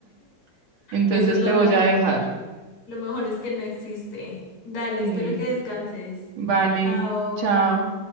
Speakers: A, on the right (about 50°); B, on the left (about 55°).
A: <laughs> Entonces
B: Eso es lo
A: te voy
B: mejor.
A: a dejar.
B: Lo mejor es que no existe. Dale,
A: Sí,
B: espero que descanses.
A: vale,
B: Chao.
A: chao.